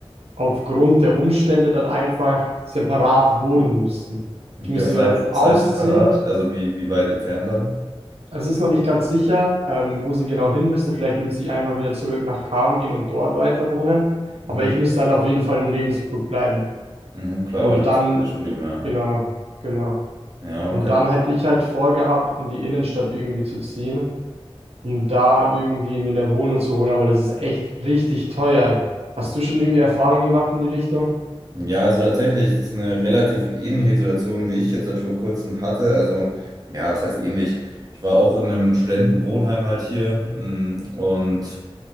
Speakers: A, on the right; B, on the right.
A: aufgrund der Umstände dann einfach separat wohnen müssten.
B: Okay,
A: Ich müsste
B: was
A: mir
B: heißt,
A: dann ausziehen
B: was heißt separat? Also wie, wie weit entfernt dann?
A: also, Es ist noch nicht ganz sicher, ähm, wo sie genau hin müsste. Vielleicht wird sie einfach wieder zurück nach Cham gehen und dort weiter wohnen.
B: Mhm.
A: Aber ich müsste halt auf jeden Fall in Regensburg bleiben.
B: Mhm, klar,
A: Und
B: weil du
A: dann,
B: hast ein Studium, ja.
A: genau, genau.
B: Ja,
A: Und
B: okay.
A: dann hätte ich halt vorgehabt, in die Innenstadt irgendwie zu ziehen, um da irgendwie mir eine Wohnung zu holen. Aber das ist echt richtig teuer. Hast du schon irgendwie Erfahrungen gemacht in die Richtung?
B: Ja, also tatsächlich, das ist eine relativ ähnliche Situation, wie ich jetzt halt vor kurzem hatte. Also, ja, was heißt ähnlich? Ich war auch in einem Studentenwohnheim halt hier mm, und.